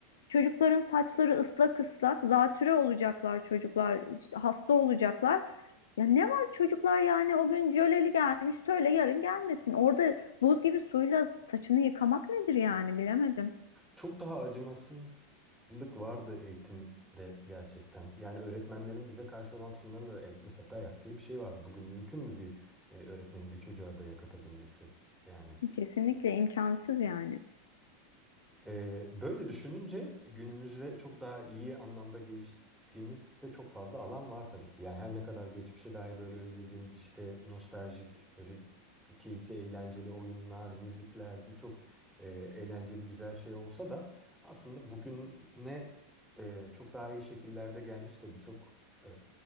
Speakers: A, on the left; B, in the centre.
A: Çocukların saçları ıslak ıslak zatüre olacaklar çocuklar işte hasta olacaklar. Ya ne var çocuklar yani o gün jöleli gelmiş söyle yarın gelmesin. Orada buz gibi suyla saçını yıkamak nedir yani bilemedim.
B: Çok daha acımasızlık vardı eğitimde gerçekten. Yani öğretmenlerin bize karşı olan tutumlarında da e, mesela dayak diye bir şey vardı. Bugün mümkün mü bir e, öğretmenin bir çocuğa dayak atabilmesi? Yani
A: Kesinlikle imkansız yani.
B: Ee, böyle düşününce günümüzde çok daha iyi anlamda geliştiğimizde çok fazla alan var tabii ki. Yani her ne kadar geçmişe dair böyle özlediğimiz işte nostaljik böyle keyifli eğlenceli oyunlar, müzikler birçok e, eğlenceli güzel şey olsa da aslında bugüne e, çok daha iyi şekillerde gelmiş de birçok e,